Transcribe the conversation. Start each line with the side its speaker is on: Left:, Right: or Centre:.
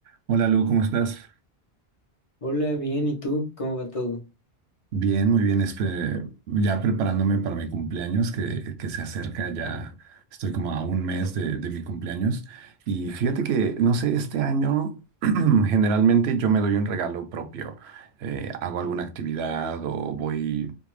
Right: Hola Lu, ¿cómo estás?
Left: Hola, bien, ¿y tú? ¿Cómo va todo?
Right: Bien, muy bien. espe- ya preparándome para mi cumpleaños que, que se acerca, ya estoy como a un mes de, de mi cumpleaños. Y fíjate que, no sé, este año <clears throat> generalmente yo me doy un regalo propio. Eh, hago alguna actividad o voy...